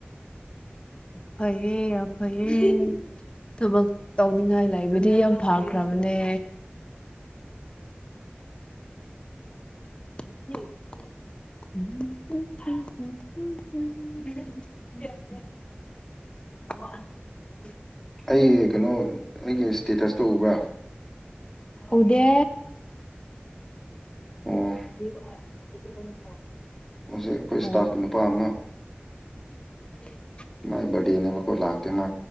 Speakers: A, on the left (about 25°); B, in the centre.
A: ꯐꯩꯌꯦ ꯌꯥꯝ ꯐꯩꯌꯦ ꯊꯕꯛ ꯇꯧꯅꯤꯡꯉꯥꯏ ꯂꯩꯕꯗꯤ ꯌꯥꯝ ꯐꯈ꯭ꯔꯕꯅꯦ <unintelligible> <inaudible>
B: ꯑꯩ ꯀꯩꯅꯣ ꯑꯩꯒꯤ ꯏꯁ꯭ꯇꯦꯇꯁꯇꯣ ꯎꯕ꯭ꯔꯥ
A: ꯎꯗꯦ
B: ꯑꯣ
A: <unintelligible>
B: ꯍꯧꯖꯤꯛ ꯑꯩꯈꯣꯏ ꯏꯁꯇꯥꯐꯀꯤ
A: ꯑꯣ
B: ꯅꯨꯄꯥ ꯑꯃ
A: <unintelligible>
B: ꯃꯥꯏ ꯕꯔꯗꯦꯅꯦꯕꯀꯣ ꯂꯥꯛꯇꯦ ꯃꯥ